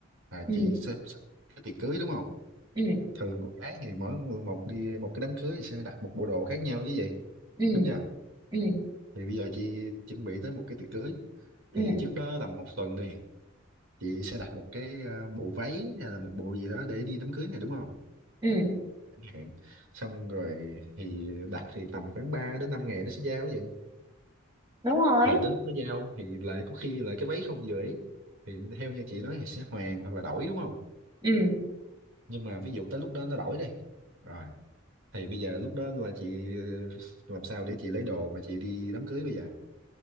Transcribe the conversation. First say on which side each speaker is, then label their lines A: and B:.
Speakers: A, on the right; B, on the right.
A: là
B: ừ
A: chị sẽ sẽ- cái tiệc cưới đúng không
B: ừ
A: thường con gái thì mỗi người một đi một cái đám cưới thì sẽ đặt một bộ đồ khác nhau chứ gì
B: ừ
A: đúng chưa
B: ừ
A: thì bây giờ chị chuẩn bị tới một cái tiệc cưới
B: ừ
A: thì trước đó tầm một tuần đi chị sẽ đặt một cái ờ, bộ váy hay là một bộ gì đó để đi đám cưới này đúng không
B: ừ
A: chẳng hạn xong rồi thì đặt thì tầm khoảng 3 đến 5 ngày nó sẽ giao vậy
B: đúng rồi
A: thì tới lúc nó giao thì lại có khi lại cái váy không vừa ý thì theo như chị nói thì sẽ hoàn hoặc là đổi đúng không
B: ừ
A: nhưng mà ví dụ tới lúc đó nó đổi đi rồi thì bây giờ lúc đó là chị ờ, làm sao để chị lấy đồ mà chị đi đám cưới bây giờ